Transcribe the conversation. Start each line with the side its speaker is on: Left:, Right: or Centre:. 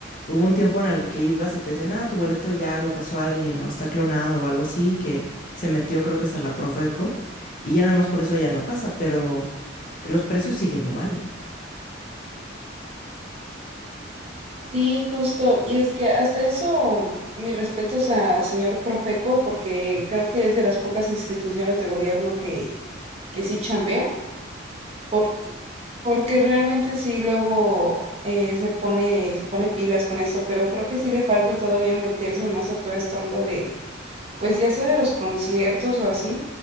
Left: hubo un tiempo en el que ibas y te decían, ah, tu boleto ya lo pasó alguien o está clonado o algo así, que se metió creo que hasta la Profeco y ya nada más por eso ya no pasa, pero los precios siguen igual.
Right: Sí, justo. Y es que hasta eso, mis respetos a señor Profeco, porque creo que es de las pocas instituciones de gobierno que, que sí chambea, porque, porque realmente sí luego eh, se pone, se pone pilas con esto, pero creo que sí le falta todavía meterse más a toda esta onda de, pues ya sea de los conciertos o así,